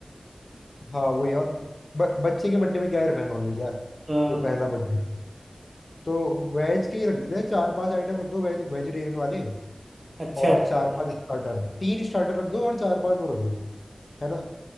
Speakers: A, on the left; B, on the right.
A: हाँ वही और ब, बच्चे के बर्थडे में क्या ही रखना है नॉनवेज यार
B: हाँ
A: वो पहला बर्थडे तो वेज के ही रख देते हैं चार पांच आइटम रख दो वेज वेजिटेरियन वाले
B: अच्छा
A: और
B: अच्छा
A: चार पांच स्टार्टर तीन स्टार्टर रख दो और चार पांच वो रख लो है ना